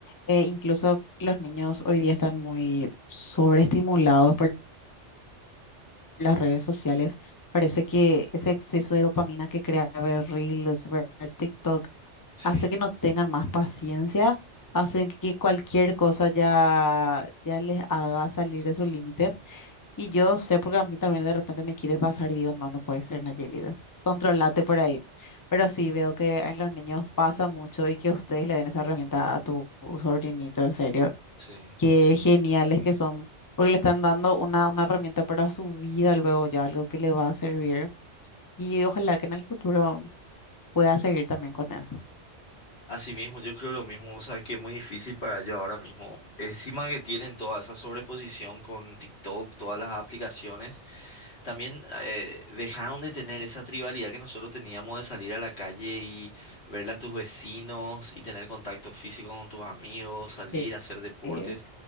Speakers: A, on the left; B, on the left.
A: Eh, incluso los niños hoy día están muy sobreestimulados por las redes sociales. Parece que ese exceso de dopamina que crea ver
B: Mm,
A: Reels, ver TikTok,
B: Sí.
A: hace que no tengan más paciencia, hace que cualquier cosa ya, ya les haga salir de su límite. Y yo sé porque a mí también de repente me quiere pasar y digo, no, no puede ser, Nayelida, controlate por ahí. Pero sí veo que en los niños pasa mucho y que ustedes le den esa herramienta a tu sobrinito, en serio.
B: <laughs> Sí.
A: Qué geniales que son, porque le están dando una, una herramienta para su vida luego ya, algo que le va a servir. Y ojalá que en el futuro pueda seguir también con eso.
B: Así mismo, yo creo lo mismo, o sea, que es muy difícil para ellos ahora mismo. Encima que tienen toda esa sobreposición con TikTok, todas las aplicaciones, también eh, dejaron de tener esa tribalidad que nosotros teníamos de salir a la calle y verle a tus vecinos y tener contacto físico con tus amigos, salir
A: Sí.
B: a hacer deportes.
A: Eh,